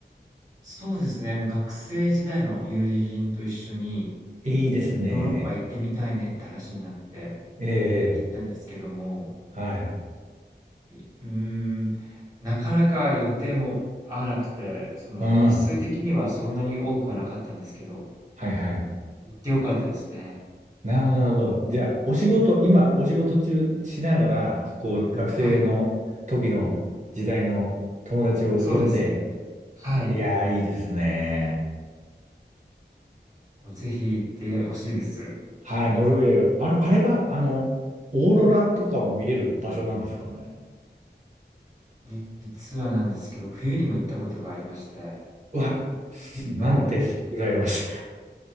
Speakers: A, on the right; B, on the right.
A: そうですね、もう学生時代の友人と一緒に
B: いいですね。
A: ヨーロッパ行ってみたいねって話になって
B: ええ、
A: 行ったんですけども、
B: はい。
A: いうーん、なかなか予定も合わなくて、その日数的にはそんなに多くはなかったんですけど、
B: うん。はいはい。
A: 行って良かったですね。
B: なるほど、なるほど。じゃあ、お仕事、今、お仕事中しながら、こう、学生の時の時代の友達を呼んで、
A: はい、そうです。はい。
B: いやー、いいですね。
A: もうぜひ行ってほしいです。
B: はい、ノルウェー。あれ、あれは、あの、オーロラとかも見れる場所なんですかね。
A: 実はなんですけど、冬にも行ったことがありまして、
B: うわ、
A: 冬の
B: なんてす、羨ましい。